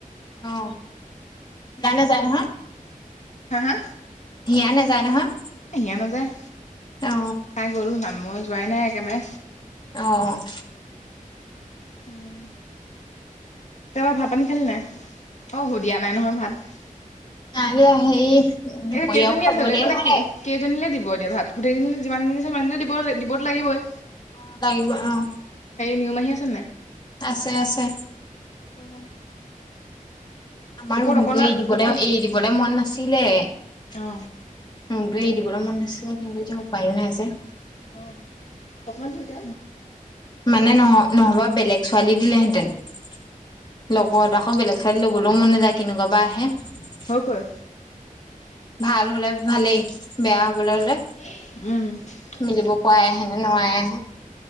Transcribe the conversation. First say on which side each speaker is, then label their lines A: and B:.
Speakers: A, on the left; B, on the left.
A: অ জানে জানো?
B: হা হা?
A: হিয়া নাযায় নহয়।
B: হিয় নাযায়,
A: অ
B: তাই গল মই যোৱাই নাই একেবাৰে।
A: অহ।
B: উম। তেওঁবাৰ ভাত পানী খালি নাই? অ সু দিয়া নাই নহয় ভাত।
A: নাই দিয়া হেৰি দুপৰীয়াও
B: এ কেইজনী
A: খাবলে
B: আছে মানে
A: নহলে
B: কি কেইজনীলে দিব? দিব এতিয়া ভাত? গোটেইকেইজনিলে যিমান জনী আচে সিমান দিব দিবত লাগিবৈ।
A: অ লাগিব আহ
B: নিউমাহী আছে
A: আছে আছে।
B: <inaudible>
A: আমাৰ
B: ওপৰত
A: ৰুমতটো
B: অকলা
A: এৰি দিবলে
B: ওপৰত
A: এৰি দিবলে মন নাছিলে ৰুমতটো
B: অ
A: এ দিবলৈ মন নাছিলে কিন্তু এতিয়া উপায়ো নাই যে
B: অ অকমান দিওঁতে
A: মানে নহ নহবা বেলেগ ছোৱালী দিলেহেঁতেন চিচিচিচি লগত আকৌ বেলেগ ছোৱালী লবলৈও মন নাযায় কেনেকুৱা বাা আহে চিচিচিচি
B: হয়গৈ
A: ভাল হ'লে ভালেই বেয়া হ'বলৈ
B: উম
A: হ'লে
B: উম
A: <unintelligible>